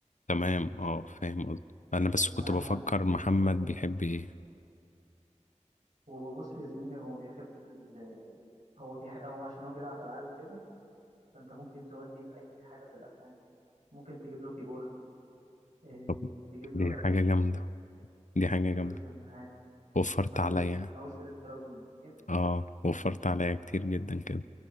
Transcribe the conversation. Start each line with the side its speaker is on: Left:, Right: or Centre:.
Left: تمام اه فاهم قصدك انا بس
Right: لان
Left: كنت
Right: انا عايز
Left: بفكر
Right: اعمل له
Left: محمد
Right: ليله جامده
Left: بيحب ايه
Right: هو بص يا زميلي هو بيحب ال... هو بيح... هو عشان هو بيلعب العاب وكده فانت ممكن تودي في اي حاجه في الالعاب ممكن تجيب له كيبورد إيه
Left: طب
Right: تجيب
Left: دي
Right: له رامات
Left: حاجة جامدة دي حاجة
Right: تجيب
Left: جامدة
Right: له سماعات
Left: وفرت
Right: ماوس
Left: عليا
Right: ماوس ريد دراجون كده
Left: اه وفرت عليا كتير جدا كده